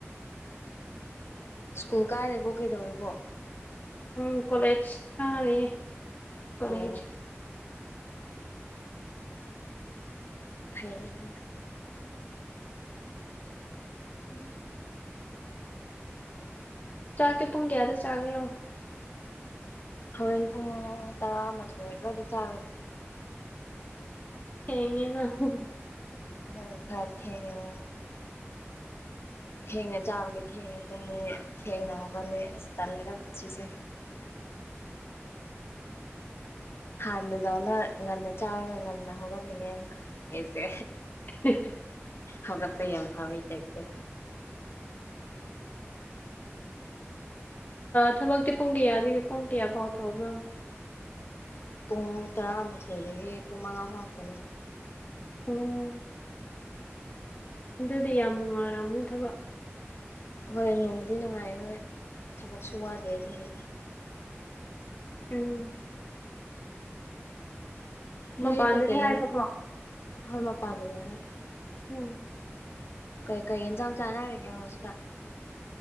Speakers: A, on the left; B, on the left.
A: ꯁ꯭ꯀꯨꯜ ꯀꯥꯔꯦꯕꯣ ꯀꯩꯗꯧꯔꯤꯕꯕꯣ
B: ꯎꯝ ꯀꯣꯂꯦꯖꯇꯔꯦ ꯀꯂꯦꯖ
A: ꯑꯣ ꯐꯩꯌꯦ ꯐꯩ
B: ꯎꯝ ꯆꯥꯛꯇꯤ ꯄꯨꯡ ꯀꯌꯥꯗ ꯆꯥꯒꯦꯔꯣ
A: ꯍꯣꯔꯦꯟ ꯄꯨꯡ ꯇꯔꯥꯃꯥꯊꯣꯏ ꯑꯗꯨꯋꯥꯏꯗ ꯆꯥꯒꯅꯤ
B: <unintelligible>
A: ꯍꯣꯢ ꯈꯔ ꯊꯦꯡꯉꯦ ꯍꯣꯏ ꯊꯦꯡꯅ ꯆꯥꯕꯒꯤ ꯊꯦꯡꯉꯦ ꯇꯨꯝꯅꯦ ꯊꯦꯡꯅ ꯍꯧꯒꯜꯂꯦ ꯑꯁ ꯇꯜꯂꯦ ꯄꯨꯟꯁꯤꯁꯦ ꯍꯥꯟꯅꯗꯧꯅ ꯉꯟꯅ ꯆꯥꯔꯒ ꯉꯟꯅ ꯍꯧꯒꯠꯅꯤꯡꯉꯦ ꯑꯃꯨꯛꯀ ꯑꯩꯁꯦ
B: <unintelligible>
A: ꯍꯧꯒꯠꯄ ꯌꯥꯝ ꯐꯩ ꯇꯢꯞꯇ
B: ꯊꯕꯛꯇꯤ ꯄꯨꯡ ꯀꯌꯥꯗꯒꯤ ꯄꯨꯡ ꯀꯌꯥ ꯐꯥꯎ ꯇꯧꯕꯣ
A: ꯄꯨꯡ ꯇꯔꯥꯃꯥꯊꯣꯏꯗꯒꯤ ꯄꯨꯡ ꯃꯉꯥ ꯐꯥꯎꯇꯅꯦ
B: ꯎꯝ ꯑꯗꯨꯗꯤ ꯌꯥꯝ ꯅꯨꯡꯉꯥꯏꯔꯝꯅꯤ ꯊꯕꯛ
A: ꯍꯣꯏ ꯅꯨꯡꯗꯤ ꯅꯨꯡꯉꯥꯏ ꯍꯣꯏ ꯊꯕꯛꯁꯨ ꯋꯥꯗꯦ ꯑꯗꯨꯒꯤ
B: ꯎꯝ
A: ꯅꯣꯏ
B: ꯃꯄꯥꯟꯗꯅꯦ
A: ꯀꯩꯀꯩ ꯌꯦ
B: ꯍꯥꯏꯕꯀꯣ
A: ꯍꯣꯏ ꯃꯄꯥꯟꯗꯅꯦ ꯍꯣꯏ
B: ꯎꯝ
A: ꯀꯩ ꯀꯩ ꯌꯦꯟꯁꯥꯡ ꯆꯥꯅꯔꯤꯒꯦ ꯍꯧꯖꯤꯛꯀꯥꯟ